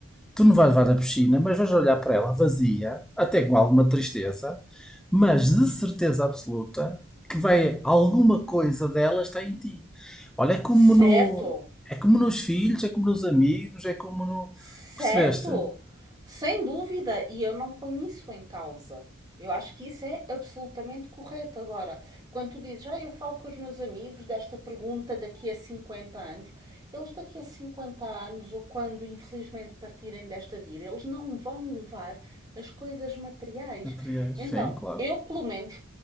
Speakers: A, in the centre; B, on the right (about 20°).
A: tu não vais levar na piscina, mas vais olhar para ela vazia, até com alguma tristeza, mas de certeza absoluta que vai alguma coisa dela está em ti. Olha, é como
B: certo,
A: no, é como nos filhos, é como nos amigos, é como no,
B: certo,
A: percebeste?
B: sem dúvida, e eu não ponho isso em causa. Eu acho que isso é absolutamente correto. Agora, quando tu dizes, ah, eu falo com os meus amigos desta pergunta daqui a 50 anos, eles daqui a 50 anos, ou quando infelizmente partirem desta vida, eles não vão levar as coisas materiais.
A: Materiais,
B: Então,
A: sim, claro.
B: eu pelo menos